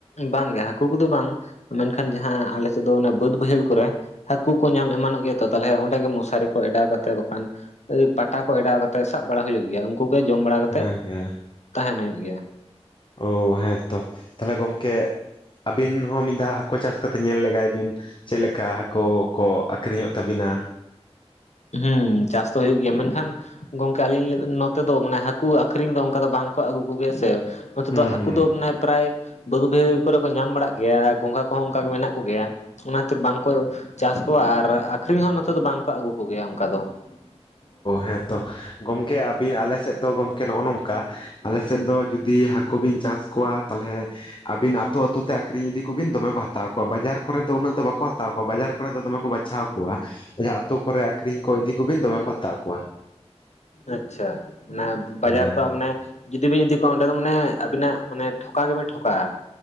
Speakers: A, on the left (about 85°); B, on the left (about 45°).
A: ᱵᱟᱝᱜᱮ ᱦᱟᱠᱩ ᱠᱚᱫᱚ ᱵᱟᱝ ᱢᱮᱱᱠᱷᱟᱱ ᱡᱟᱦᱟᱸ ᱟᱞᱮᱥᱮᱫ ᱫᱚ ᱚᱱᱟ ᱵᱟᱹᱫ ᱵᱟᱹᱭᱦᱟᱹᱲ ᱠᱚᱨᱮ ᱦᱟᱠᱩ ᱠᱚ ᱧᱟᱢ ᱮᱢᱟᱱᱚᱜ ᱜᱮᱭᱟ ᱛᱚ ᱛᱟᱦᱞᱮ ᱚᱸᱰᱮ ᱜᱮ ᱢᱚᱥᱟᱨᱤ ᱠᱚ ᱮᱰᱟᱣ ᱠᱟᱛᱮ ᱵᱟᱠᱷᱟᱱ ᱯᱟᱴᱟ ᱠᱚ ᱮᱰᱟᱣ ᱠᱟᱛᱮ ᱥᱟᱵ ᱵᱟᱲᱟ ᱦᱩᱭᱩᱜ ᱜᱮᱭᱟ ᱩᱱᱠᱩ ᱠᱚ ᱡᱚᱢ ᱵᱟᱲᱟ ᱠᱟᱛᱮᱜ
B: ᱦᱮᱸ ᱦᱮᱸ
A: ᱛᱟᱦᱮᱱ ᱦᱩᱭᱩᱜ ᱜᱮᱭᱟ
B: ᱳᱻ ᱦᱮᱸᱛᱚ ᱛᱟᱦᱞᱮ ᱜᱚᱝᱠᱮ ᱟᱵᱤᱱ ᱦᱚᱸ ᱢᱤᱫ ᱫᱷᱟᱣ ᱦᱟᱹᱠᱩ ᱪᱟᱥ ᱠᱟᱛᱮ ᱧᱮᱞ ᱞᱮᱜᱟᱭ ᱵᱤᱱ ᱪᱮᱫ ᱞᱮᱠᱟ ᱦᱟᱹᱠᱩ ᱠᱚ ᱟᱹᱠᱷᱨᱤᱧᱚᱜ ᱛᱟᱹᱵᱤᱱᱟ
A: ᱦᱮᱸ ᱪᱟᱥ ᱫᱚ ᱦᱩᱭᱩᱜ ᱜᱮᱭᱟ ᱢᱮᱱᱠᱷᱟᱱ ᱜᱚᱝᱠᱮ ᱟᱹᱞᱤᱧ ᱱᱚᱛᱮ ᱫᱚ ᱢᱟᱱᱮ ᱦᱟᱹᱠᱩ ᱟᱹᱠᱷᱨᱤᱧ ᱫᱚ ᱚᱱᱠᱟ ᱫᱚ ᱵᱟᱝᱠᱚ ᱟᱹᱜᱩ ᱠᱚᱜᱮᱭᱟ ᱥᱮ ᱱᱚᱛᱮ
B: ᱦᱩᱸ
A: ᱫᱚ ᱦᱟᱹᱠᱩ
B: ᱦᱩᱸ
A: ᱫᱚ ᱢᱟᱱᱮ ᱯᱨᱟᱭ ᱵᱟᱹᱫᱽ ᱵᱟᱹᱭᱦᱟᱹᱲ ᱠᱚᱨᱮ ᱠᱚ ᱧᱟᱢ ᱵᱟᱲᱟᱜ ᱜᱮᱭᱟ ᱟᱨ ᱜᱚᱝᱜᱷᱟ ᱠᱚᱸᱦᱚ ᱚᱱᱠᱟ ᱜᱮ ᱢᱮᱱᱟᱜ ᱠᱚᱜᱮᱭᱟ ᱚᱱᱟ ᱠᱷᱟᱹᱛᱤᱨ ᱵᱟᱝᱠᱚ ᱪᱟᱥ ᱠᱚᱣᱟ ᱟᱨ ᱟᱹᱠᱷᱨᱤᱧ ᱦᱚᱸ ᱱᱚᱛᱮ ᱫᱚ ᱵᱟᱝᱠᱚ ᱟᱹᱜᱩ ᱠᱚᱜᱮᱭᱟ ᱚᱱᱠᱟ ᱫᱚ <inaudible>
B: ᱦᱮᱸ ᱛᱚ ᱜᱚᱢᱠᱮ ᱟᱹᱵᱤᱱ ᱟᱞᱮ ᱥᱮᱫ ᱫᱚ ᱜᱚᱢᱠᱮ ᱱᱚᱜᱼᱚ ᱱᱚᱝᱠᱟ ᱟᱞᱮ ᱥᱮᱫ ᱫᱚ ᱡᱩᱫᱤ ᱦᱟᱹᱠᱩ ᱵᱤᱱ ᱪᱟᱥ ᱠᱚᱣᱟ ᱛᱟᱦᱚᱞᱮ ᱟᱹᱵᱤᱱ ᱟᱹᱛᱩ ᱟᱹᱛᱩ ᱛᱮ ᱟᱹᱠᱷᱨᱤᱧ ᱤᱫᱤ ᱠᱚᱵᱤᱱ ᱫᱚᱢᱮ ᱠᱚ ᱦᱟᱛᱟᱣ ᱠᱚᱣᱟ ᱵᱟᱡᱟᱨ ᱠᱚᱨᱮ ᱫᱚ ᱩᱱᱟᱹᱜ ᱫᱚ ᱵᱟᱠᱚ ᱦᱟᱛᱟᱣ ᱠᱚᱣᱟ ᱵᱟᱡᱟᱨ ᱚᱸᱰᱮ ᱫᱚ ᱫᱚᱢᱮ ᱠᱚ ᱵᱟᱪᱷᱟᱣ ᱠᱚᱣᱟ ᱡᱟᱦᱟᱸ ᱟᱹᱛᱩ ᱠᱚᱨᱮ ᱟᱹᱠᱷᱨᱤᱧ ᱠᱚ ᱤᱫᱤ ᱠᱚᱵᱤᱱ ᱫᱚᱢᱮ ᱠᱚ ᱦᱟᱛᱟᱣ ᱠᱚᱣᱟ
A: ᱟᱪᱪᱷᱟ ᱢᱟᱱᱮ ᱵᱟᱡᱟᱨ
B: ᱦᱮᱸ
A: ᱫᱚ ᱢᱟᱱᱮ ᱡᱩᱫᱤ ᱵᱤᱱ ᱤᱫᱤ ᱠᱚᱣᱟ ᱚᱸᱰᱮ ᱫᱚ ᱢᱟᱱᱮ ᱟᱹᱵᱤᱱᱟᱜ ᱢᱟᱱᱮ ᱴᱷᱚᱠᱟ ᱜᱮᱵᱤᱱ ᱴᱷᱚᱠᱟᱜᱼᱟ